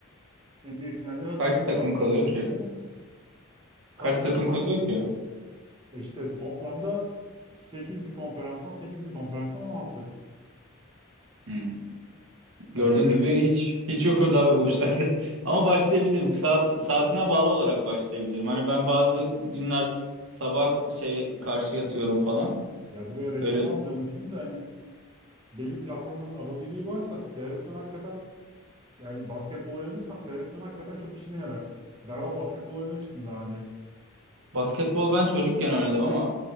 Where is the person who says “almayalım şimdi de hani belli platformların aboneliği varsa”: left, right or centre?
Right